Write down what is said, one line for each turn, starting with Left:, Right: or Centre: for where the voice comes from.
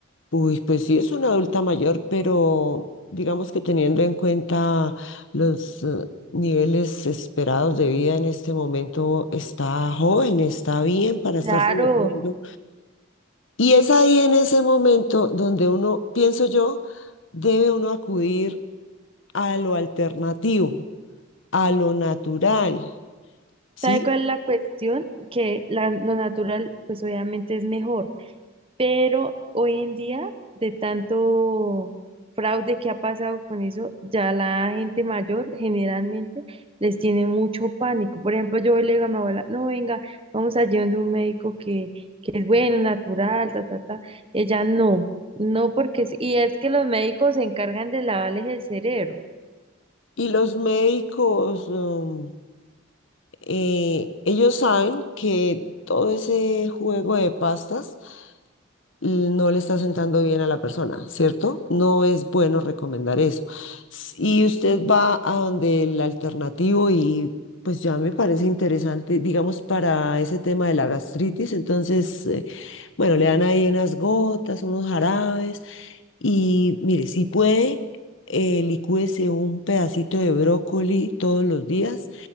Left: Uy, pues sí, es una adulta mayor, pero digamos que teniendo en cuenta los eh, niveles esperados de vida en este momento, está joven, está bien para estarse
Right: Claro,
Left: metiendo. Y es ahí en ese momento donde uno, pienso yo, debe uno acudir a lo alternativo, a lo natural. ¿sí?
Right: ¿sabe cuál es la cuestión? Que la- lo natural, pues obviamente es mejor. pero hoy en día, de tanto fraude que ha pasado con eso, ya la gente mayor generalmente les tiene mucho pánico. Por ejemplo, yo le digo a mi abuela, no, venga, vamos allí donde un médico que, que es bueno, natural, ta, ta, ta. Ella no, no porque, es- y es que los médicos se encargan de lavarles el cerebro.
Left: Y los médicos, um, eh, ellos saben que todo ese juego de pastas no le está sentando bien a la persona, ¿cierto? No es bueno recomendar eso. S- Y usted va a donde el alternativo y pues ya me parece interesante, digamos, para ese tema de la gastritis, entonces, eh, bueno, le dan ahí unas gotas, unos jarabes y mire, si puede, eh, licúese un pedacito de brócoli todos los días